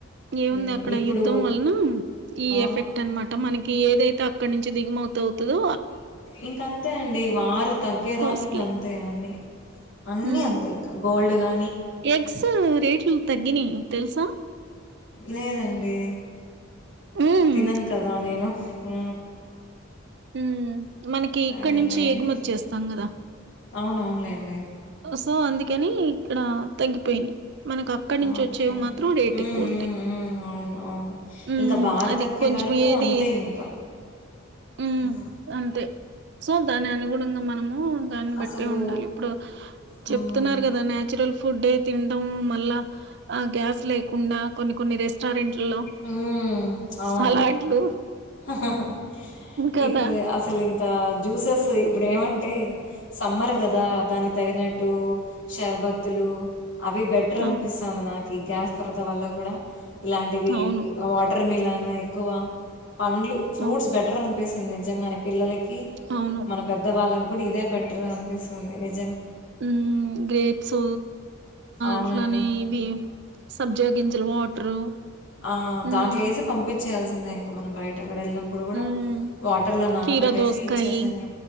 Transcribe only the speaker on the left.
మ్మ్,
ఇప్పుడు
ఆ,
ఇంక అంతే అండి వారు తగ్గేదాకా
ఇంక అంతే అన్ని అన్నిీ
అంతే ఇంకా గోల్డ్ బగా
లేదండి
తినను కదా నేను ఉ
అదే
మెయిన్
అవునవునులేండి
ఓకే.
హ్మ్.
హ్మ్. హ్మ్. అవును. అవును
ఇంకా వారు
తగ్గే
వరకు
అంతే ఇంకా
ఉ
అసలు
హ్మ్.
హమ్ అవును
హ్యూ
ఇప్పుడు అసలు ఇంకా జ్యూసెస్ అ సో ఇప్పుడు ఏమంటే సమ్మర్ కదా దాన్ని తగినట్టు షర్బత్తులు అవి బెటర్ అనిపిస్తది
నాకు ఈ గ్యాస్ కొరత వల్ల కూడా ఇలాంటివి
వాటర్ మిలాన్ అ ఇకువ పండ్లు ఫ్రూట్స్
బెటర్ అనిపేసి నిజంగాని పిల్లల
మన పెద్ద వాళ్ళకి కూడా ఇదే బెటర్ అనిపిస్తుంది అ నిజ
అవునండి
ఆ
దాంట్లో ఏసి పంపిం చేయాల్సిందే ఇంకా మన బయట అక్కడ వెళ్ళినప్పుడు కూడా
వాటర్లో నానబెట్టేసి
ఇచ్చేసాను